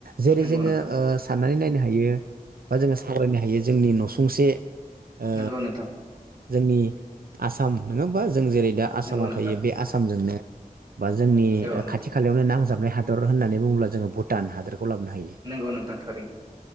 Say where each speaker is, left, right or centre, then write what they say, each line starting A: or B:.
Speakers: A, on the right (about 85°); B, on the right (about 30°).
A: जेरै
B: नंगौ
A: जोङो
B: नंगौ नोंथां
A: ओ साननानै नाय हायो बा जोङो सावरायनो हायो जोंनि नसुं फंसे ओ
B: नंगौ नोंथां
A: जोंनि आसाम नोङा होमबा जों जेरै दा आसामाव
B: नंगौ नोंथां
A: थायो बे आसामजोंनो बा जोंनि
B: औ
A: ओ
B: नोंथां
A: खाथि खालायावनो नांजाबनाय हादर होननानै बुङोब्ला जों भुटान हादरखौ लाबोनो हायो
B: नोंगौ नोंथां थारैनो